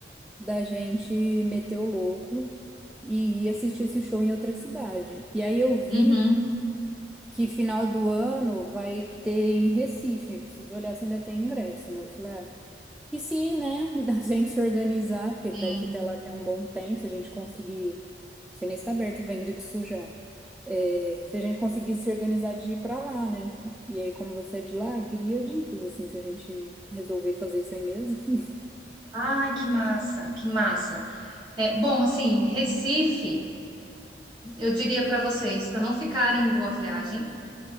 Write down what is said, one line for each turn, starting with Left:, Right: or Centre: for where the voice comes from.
Centre: da gente meter o louco e ir assistir esse show em outra cidade. E aí eu vi
Right: uhum,
Centre: que final do ano vai ter em Recife, preciso olhar se ainda tem ingresso, né? Eu falei, ah, e se, né, <laughs> da gente se organizar, porque
Right: sim.
Centre: daqui até lá tem um bom tempo, se a gente conseguir, não sei nem se tá aberto venda disso já. É, se a gente conseguir se organizar de ir pra lá, né? E aí, como você é de lá, eu queria dicas, assim, se a gente resolver fazer isso aí mesmo. <laughs>
Right: Ai, que massa, que massa. É, bom, assim, Recife, eu diria para vocês, para não ficarem em Boa Viagem,